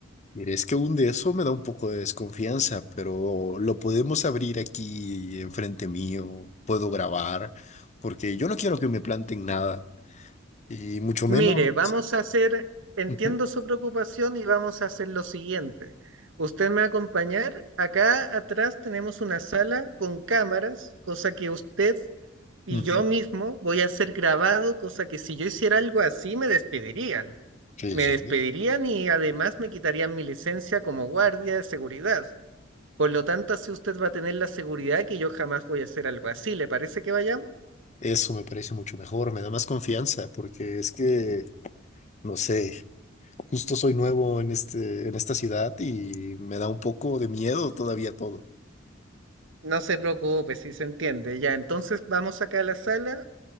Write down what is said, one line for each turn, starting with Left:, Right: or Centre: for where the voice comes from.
Left: Mire, es que un de eso me da un poco de desconfianza, pero lo podemos abrir aquí enfrente mío, puedo grabar, porque yo no quiero que me planten nada, y mucho
Right: Mire,
Left: menos.
Right: vamos a hacer, entiendo
Left: Ujú,
Right: su preocupación y vamos a hacer lo siguiente. Usted me va a acompañar. Acá atrás tenemos una sala con cámaras, cosa que usted y
Left: ujú.
Right: yo mismo voy a ser grabado, cosa que si yo hiciera algo así me despedirían.
Left: Sí,
Right: me
Left: sí,
Right: despedirían
Left: sí.
Right: y además me quitarían mi licencia como guardia de seguridad. Por lo tanto, así usted va a tener la seguridad que yo jamás voy a hacer algo así. ¿Le parece que vayamos?
Left: Eso me parece mucho mejor, me da más confianza, porque es que, no sé, justo soy nuevo en este, en esta ciudad y me da un poco de miedo todavía todo.
Right: No se preocupe, si se entiende. Ya, entonces vamos acá a la sala,